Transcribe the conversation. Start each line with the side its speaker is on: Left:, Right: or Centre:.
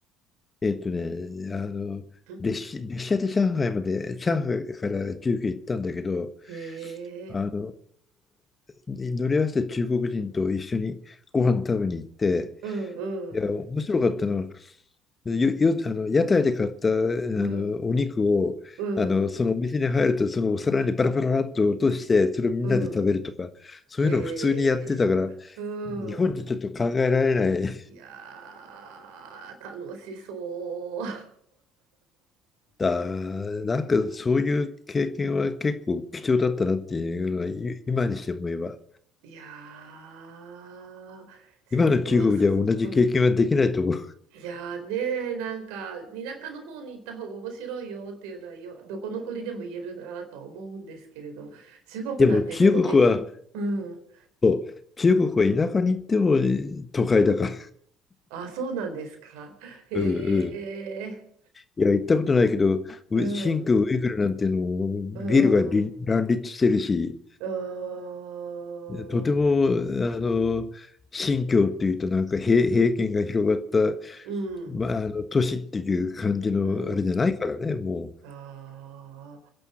Left: えっとね、あの列車、
Right: うん
Left: 列車で上海まで、上海から自由形行ったんだけど、
Right: へえ。
Left: あの乗り合わせて中国人と一緒にご飯食べに行って、
Right: うんうん。
Left: いや面白かったのはよ、よ、あの、屋台で買った、あの、
Right: うん
Left: お肉を、
Right: うん。
Left: あの、そのお店に入ると、そのお皿にバラバラっと落として、それをみんなで食べるとか、
Right: うん。
Left: そういうのを普通にやってたから、
Right: へえ。う
Left: 日本じゃちょっと考えられない。
Right: ん。いやー、楽しそ
Left: だ、なんかそういう経験は結構貴重だったなっていうのは、
Right: う。<laughs> いや、
Left: ゆ今にして思えば。
Right: いやー、しかも、
Left: 今の中国では同じ経験はできないと思う。
Right: あそうそう、うん。いやーね、なんか、田舎の方に行った方が面白いよっていうのはよ、どこの国でも言えるなとは思うんですけれども、中国なんてね、
Left: でも中国は、
Right: もう劇的。うん。
Left: そう、中国は田舎に行っても都会だから。
Right: あ、そうなんですか。へえ、
Left: うんうんいや、行ったことないけど、ウ新疆ウイグルなんていうのもビルがり乱立してるし、
Right: うん、うん、うん、うーん、
Left: とても、あの、新疆っていうとなんか平、平権が広がった、
Right: うん。
Left: まあ、あの都市っていう感じのあれじゃないからね、
Right: うん
Left: も
Right: ああ、